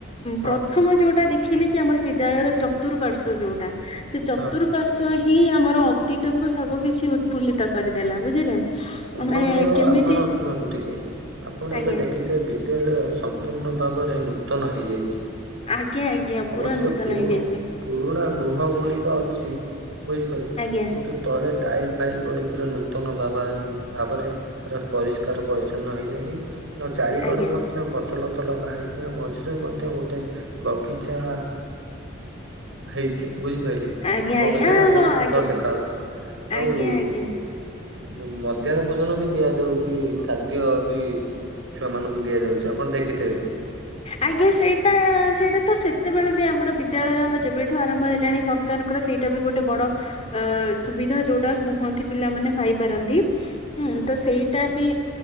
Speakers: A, on the right; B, on the left.
A: ହଁ
B: ପ୍ରଥମ ଯୋଉଟା ଦେଖ ଦେଖିଲେ କି ଆମର ବିଦ୍ୟାଳୟର ଚତୁଃପାର୍ଶ୍ଵ ଯୋଉଟା ସେ ଚତୁର୍
A: ହଁ।
B: ପାର୍ଶ୍ ହିଁ ଆମର ଅତୀତକୁୁ ସବୁ କିିଛି ଉତ୍ଫୁଲ୍ଲିତ କରିଦେଲା ବୁଝିଲେ।
A: ଆପଣଙ୍କର
B: ଆମେ କେମିତି
A: ଆପଣ ଶୁଣନ୍ତୁ ଟିକେ ଆପଣ
B: ଆଜ୍ଞା
A: ଏବେ ଦେଖି ସେ ବିଦ୍ୟାଳୟ ସମ୍ପୂର୍ଣ୍ଣ ଭାବରେ ନୂତନ ହେଇଯାଇଛି।
B: ଆଜ୍ଞା ଆଜ୍ଞା ପୁରା
A: ଅବଶ୍ୟ
B: ନୂତନ
A: ପୁରୁଣା
B: ହେଇଯାଇଛି
A: ପୁରୁଣା ଗୃହ ଗୁଡିକ ଅଛି ବୁଝିପାର
B: ଆଜ୍ଞା
A: କିନ୍ତୁ ତଳେ ଟାଇଲ ଫାଇଲ ପଡି ପୁରା ନୂତନ ବାବା ଭାବରେ ପୁରା ପରିଷ୍କାର ପରିଚ୍ଛନ୍ନ ହେଇଯାଇଛି ଆଉ ଚାରି କଡ
B: ଆଜ୍ଞା
A: ମ ଗଛ ଲତ ଲଗା ହେଇଛି ଆଉ ମଝିରେ ମଧ୍ୟ ଗୋଟେ ବଗିଚା ହେଇଛି ବୁଝିପାଇଲେ।
B: ଆଜ୍ଞା
A: ସେ ବଗିଚା
B: ଆଜ୍ଞା ଆ
A: ଟା ବହୁତ
B: ହଁ
A: ସୁନ୍ଦର
B: ଆଜ୍ଞା
A: ଦେଖା ହଉଛି
B: ଆଜ୍ଞା
A: ଆଉ
B: ଆଜ୍ଞା।
A: ମ ମଧ୍ଯାନ ଭୋଜନ ବି ଦିଆଯାଉଚି ଖାଦ୍ୟ ବି ଛୁଆ ମାନଙ୍କୁ ଦିଆଯାଉଚି ଆପଣ ଦେଖିଥିବେ।
B: ଆଜ୍ଞା ସେଇଟା ସେଇଟା ତ ସେତେବେଳେ ବି ଆମର ବିଦ୍ୟାଳୟ ଯେବେଠୁ ଆରମ୍ଭ ହେଲାଣି ସରକାରଙ୍କର ସେଇଟା ବି ଗୋଟେ ବଡ ଅ ସୁବିଧା ଯୋଉଟା କୁହନ୍ତି ପିଲାମାନେ ପାଇପାରନ୍ତି ହୁଁ ତ ସେଇଟା ବି